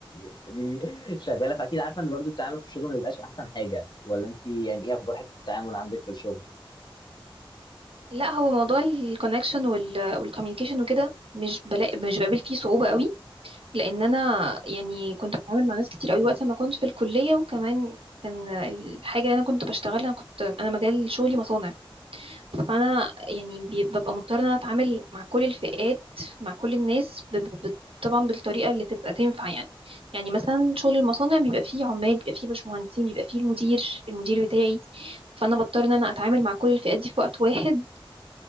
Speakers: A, on the left (about 50°); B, on the right (about 80°).
A: بتقولي لي شغاله فاكيد عارفه ان برضو التعامل في الشغل ما بيبقاش احسن حاجه ولا انت يعني ايه اخبار حته التعامل عندك في الشغل
B: لا هو موضوع الكونكشن وال... والكوميونيكيشن وكده مش بلا... مش بقابل فيه صعوبة قوي لان انا يعني كنت بتعامل مع ناس كتير قوي وقت ما كنت في الكليه وكمان كان الحاجه اللي انا كنت بشتغلها انا كنت انا مجال شغلي مصانع فانا يعني بي- ببقى مضطره ان انا اتعامل مع كل الفئات مع كل الناس ب- ب- ب- طبعا بالطريقه اللي تبقى تنفع يعني يعني مثلا شغل المصانع بيبقى فيه عمال بيبقى فيه باشمهندسين بيبقى فيه المدير المدير بتاعي فانا بضطر ان انا اتعامل مع كل الفئات دي في وقت واحد